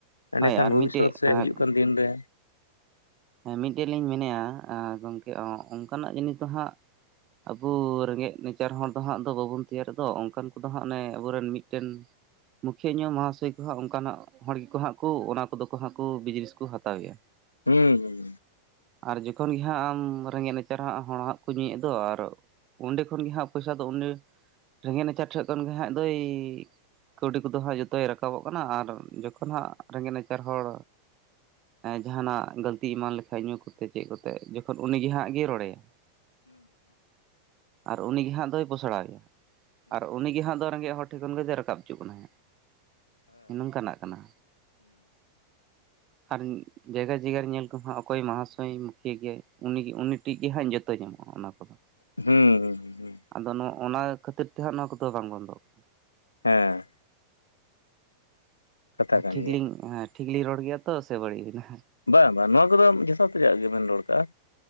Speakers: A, on the left; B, on the right.
A: ᱮᱸᱰᱮᱠᱷᱟᱱ
B: ᱦᱳᱭ ᱟᱨ
A: ᱵᱷᱚᱵᱤᱥᱚᱛ
B: ᱢᱤᱫᱴᱮᱡ
A: ᱥᱮ
B: ᱦᱮᱸ
A: ᱦᱤᱡᱩᱜ ᱠᱟᱱ ᱫᱤᱱᱨᱮ
B: ᱢᱤᱫᱴᱮᱱ ᱞᱤᱧ ᱢᱮᱱᱮᱫ-ᱟ ᱟ ᱜᱚᱢᱠᱮ ᱚᱱᱠᱟᱱᱟᱜ ᱡᱤᱱᱤᱥ ᱫᱚ ᱦᱟᱸᱜ ᱟᱵᱚ ᱨᱮᱸᱜᱮᱡ ᱱᱟᱪᱟᱨ ᱦᱚᱲ ᱫᱚ ᱦᱟᱸᱜ ᱫᱚ ᱵᱟᱵᱚᱱ ᱛᱮᱭᱟᱨ ᱫᱚ ᱚᱱᱠᱟᱱ ᱠᱚᱫᱚ ᱦᱟᱸᱜ ᱚᱱᱮ ᱟᱵᱚᱨᱮᱱ ᱢᱤᱫᱴᱮᱱ ᱢᱩᱠᱷᱤᱭᱟᱹ ᱧᱚᱜ ᱢᱚᱦᱟᱥᱚᱭ ᱠᱚᱦᱟᱜ ᱚᱱᱠᱟᱱᱟᱜ ᱦᱚᱲ ᱜᱮᱠᱚ ᱦᱟᱸᱜ ᱠᱚ ᱚᱱᱟ ᱠᱚᱫᱚ ᱠᱚ ᱦᱟᱸᱜ ᱠᱚ ᱵᱤᱡᱽᱱᱮᱥ ᱠᱚ ᱦᱟᱛᱟᱣ ᱮᱭᱟ
A: ᱦᱮᱸ ᱦᱮᱸ
B: ᱟᱨ ᱡᱚᱠᱷᱚᱱ ᱜᱮ ᱦᱟᱸᱜ ᱟᱢ ᱨᱮᱸᱜᱮᱡ ᱱᱟᱪᱟᱨ ᱦᱚᱸᱜ ᱦᱚᱲ ᱦᱟᱸᱜ ᱠᱚ ᱧᱩᱭᱮᱫ ᱫᱚ ᱟᱨ ᱚᱸᱰᱮ ᱠᱷᱚᱱᱜᱮ ᱦᱟᱸᱜ ᱯᱚᱭᱥᱟ ᱫᱚ ᱩᱱᱤ ᱨᱮᱸᱜᱮᱡ ᱱᱟᱪᱟᱨ ᱴᱷᱮᱡ ᱠᱷᱚᱱ ᱜᱮ ᱦᱟᱸᱜ ᱫᱚᱭ ᱠᱟᱹᱣᱰᱤ ᱠᱚᱫᱚ ᱦᱟᱸᱜ ᱡᱚᱛᱚᱭ ᱨᱟᱠᱟᱵᱚᱜ ᱠᱟᱱᱟ ᱟᱨ ᱡᱚᱠᱷᱚᱱ ᱦᱟᱸᱜ ᱨᱮᱸᱜᱮᱡ ᱱᱟᱪᱟᱨ ᱦᱚᱲ ᱡᱟᱦᱟᱱᱟᱜ ᱜᱟᱞ ᱛᱤ ᱮᱢᱟᱱ ᱞᱮᱠᱷᱟᱡ ᱧᱩ ᱠᱚᱛᱮ ᱪᱮᱫ ᱠᱚᱛᱮ ᱡᱚᱠᱷᱚᱱ ᱩᱱᱤ ᱜᱮ ᱦᱟᱸᱜ ᱜᱮᱭ ᱨᱚᱲᱮᱭᱟ ᱟᱨ ᱩᱱᱤ ᱜᱮᱦᱟᱸᱜ ᱫᱚᱭ ᱯᱚᱥᱲᱟᱣᱮᱭᱟ ᱟᱨ ᱩᱱᱤ ᱜᱮ ᱦᱟᱸᱜ ᱫᱚ ᱨᱮᱸᱜᱮᱡ ᱦᱚᱲ ᱴᱷᱮᱱ ᱠᱷᱚᱱ ᱜᱮᱭ ᱨᱟᱠᱟᱵ ᱦᱚᱪᱚᱜ ᱠᱟᱱᱟᱭ ᱦᱟᱸᱜ ᱱᱚᱝᱠᱟᱱᱟᱜ ᱠᱟᱱᱟ ᱟᱨ ᱡᱟᱭᱜᱟ ᱡᱟᱭᱜᱟ ᱨᱮ ᱧᱮᱞ ᱠᱚᱦᱟᱜ ᱚᱠᱚᱭ ᱢᱚᱦᱟᱥᱚᱭ ᱢᱩᱠᱷᱤᱭᱟᱹ ᱜᱮᱭᱟᱭ ᱩᱱᱤ ᱜᱮ ᱩᱱᱤ ᱴᱷᱮᱱ ᱜᱮ ᱦᱟᱸᱜ ᱡᱚᱛᱚ ᱧᱟᱢᱚᱜᱼᱟ ᱚᱱᱟ ᱠᱚᱫᱚ
A: ᱦᱩᱸ ᱦᱩᱸ
B: ᱟᱫᱚ ᱚᱱᱟ ᱠᱷᱟᱹᱛᱤᱨ ᱛᱮᱦᱟᱸᱜ ᱱᱚᱣᱟ ᱠᱚᱫᱚ ᱵᱟᱝ ᱵᱚᱱᱫᱚᱜ ᱠᱟᱱᱟ
A: ᱦᱮᱸ ᱠᱟᱛᱷᱟ ᱠᱟᱱ
B: ᱴᱷᱤᱠᱞᱤᱧ
A: ᱜᱮᱭᱟ
B: ᱦ ᱴᱷᱤᱠᱞᱤᱤᱧ ᱨᱚᱲ ᱜᱮᱭᱟ ᱛᱚ ᱥᱮ ᱵᱟᱹᱲᱤᱡ ᱮᱱᱟ
A: ᱵᱟᱝ ᱵᱟᱝ ᱱᱚᱣᱟ ᱠᱚᱫᱚ ᱡᱚᱛᱷᱟᱛ ᱨᱮᱭᱟᱜ ᱜᱮᱵᱮᱱ ᱨᱚᱲ ᱠᱟᱜᱼᱟ